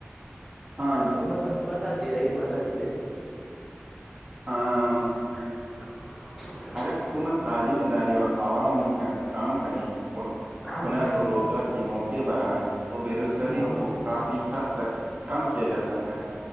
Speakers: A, on the right; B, in the centre.
A: ہاں جی
B: بتا بتاتے رہے بتاتے رہی
A: ہاں
B: <inaudible> <unintelligible>
A: اگر حکومت تعلیم اداری اور عوام مل کر کام کرے اور
B: ہاں
A: خنال
B: بھائی
A: اور
B: جان
A: روزگار کے موقع پرر آیں تو بے روزگاری
B: ہاں بھائی
A: کو کافی حد تک کم کیا جا سکتا ہے